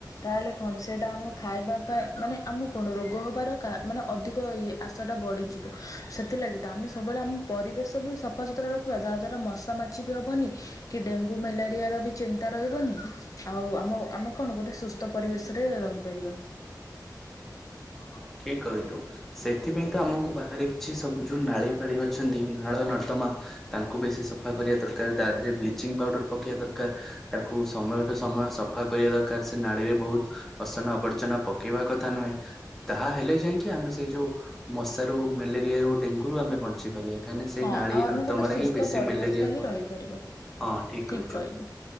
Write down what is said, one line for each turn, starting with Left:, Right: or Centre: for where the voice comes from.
Left: ତାହେଲେ କଣ ସେଇଟା ଆମ ଖାଇବା ପାଇଁ ମାନେ ଆମକୁ କଣ ରୋଗ ହେବାର ମାନେ ଅଧିକ ଇ ଆଶାଟା ବଢ଼ିଯିବ। ସେଥିଲାଗି ତ ଆମେ ସବୁବେଳେ ଆମ ପରିବେଶ ବି ସଫାସତୁରା ରଖିବା। ଯାହାଦ୍ୱାରା ମଶା ମାଛି ବି ହେବନି। କି ଡେଙ୍ଗୁ ମ୍ୟାଲେରିଆ ର ବି ଚିନ୍ତା ରହିବନି। ଆଉ ଆମ ଆମେ କଣ ଗୋଟେ ସୁସ୍ଥ ପରିବେଶରେ ରହିପାରିବା।
Centre: ହଁ ଠିକ କହିଲୁ? ସେଥିପାଇଁ ତ ଆମକୁ ବାହାରେ କିଛି ସବୁ ଯୋଉ ନାଳି ଫାଳି ଅଛନ୍ତି। ନାଳ ନର୍ଦ୍ଦମା ତାଙ୍କୁ ବେଶୀ ସଫା କରିବା ଦରକାର। ତା ଦେହରେ ବ୍ଲିଚିଂ ପାଉଡର ପକେଇବା ଦରକାର। ତାକୁ ସମୟ ଟୁ ସମୟ ସ ସଫା କରିବା ଦରକାର, ସେ ନାଳିରେ ବହୁତ ଅସନା ଆବର୍ଜନା ପକେଇବା କଥା ନୁହେଁ, ତାହା ହେଲେ ଯାଇକି ଆମେ ସେଇ ଯୋଉ ମଶାରୁ ମ୍ୟାଲେରିଆ ରୁ ଡେଙ୍ଗୁରୁ ଆମେ ବଞ୍ଚି ପାରିବା। କାହିଁକି ସେ
Left: ହଁ
Centre: ନାଳି
Left: ଆଉ ଆମେ
Centre: ନର୍ଦ୍ଦମାରେ
Left: ଗୋଟେ ସୁସ୍ଥ
Centre: ହିଁ ବେଶୀ
Left: ପରିବେଶରେ
Centre: ମ୍ୟାଲେରିଆ
Left: ହିଁ
Centre: ହୁଅନ୍ତି
Left: ରହିପାରିବା
Centre: ହଁ ଠିକ
Left: ଠିକ୍
Centre: କହିଛୁ।
Left: କହିଲୁ।